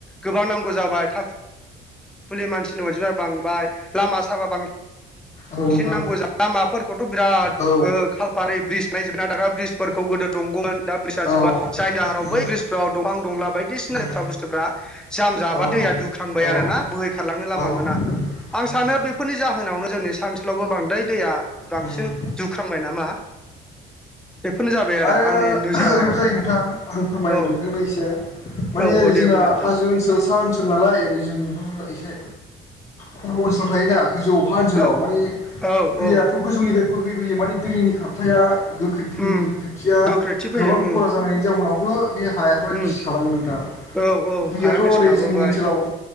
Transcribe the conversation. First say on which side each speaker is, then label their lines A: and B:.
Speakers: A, in the centre; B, on the left.
A: गोबां नांगौ जाबाय थाख फुलि मानसिनि अनजिमाया बांबाय लामा सामा बांबाय
B: नोंथां
A: बांसिन नांगौ ज लामाफोरखौथ' बिराद
B: औ
A: खालपारि ब्रिज बनायजोब न दाग्रा ब्रिज फोरखौ गोदो दंगौमोन दा ब्रिज
B: औ
A: जोबबाय जायनि जाहोनाव
B: उम
A: बै ब्रिजफ्राव दंफां दंला बायदिसिनाथ्रा
B: उम
A: बुस्थुफ्रा जाम जाबा
B: औ
A: दैया दुख्रांबाय
B: औ
A: आरो ना बोहैखारलांनो
B: औ
A: लामा मोना आं
B: औ
A: सानो बेफोरनि जाहोनावनो जोंनि ओन्सोलावबो बांद्राय दैया बांसिन
B: उम
A: दुख्रांबाय नामा बेफोरनो जाबाय
B: आरो
A: आंनि नोजोराव
B: ओरैबो
A: आरो
B: जायो नोंथां आं फोरमायनो
A: औ
B: नोंथांनो एसे माने
A: औ औ
B: ओरै जोंना
A: दे बुंलाय नोंथांना
B: हाजो ओनसोल सा ओनसोल नालाय ओरै जोंथ' एसे खर' ओनसोलाव थायोना गोजौ हा ओनसोलाव
A: ओ
B: माने
A: औ
B: दैयाथ'
A: औ
B: गोजौनिफ्राय बोहैबोयो माने दैनि खारथाया गोबां दैनि
A: उम
B: गोख्रैथिया
A: गोख्रैथि फैयो
B: गोबां
A: उम
B: खर जानायनि जाबाय टाउनावबो बे हायाफ्रा
A: उम
B: गिसि खाङो नोंथां
A: औ औ
B: दैयाथ'
A: हाया
B: ओरै
A: गेस खाबोबाय
B: जोंनि ओनसोलाव